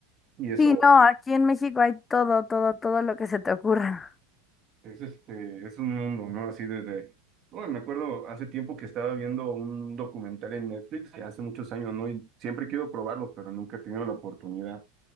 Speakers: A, on the right; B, on the left.
A: Y eso
B: Sí, no, aquí en México hay todo, todo, todo lo que se te ocurra.
A: es este, es un mundo, ¿no? Así desde. Bueno, me acuerdo hace tiempo que estaba viendo un documental en Netflix, que hace muchos años, ¿no? Y siempre quiero probarlo, pero nunca he tenido la oportunidad.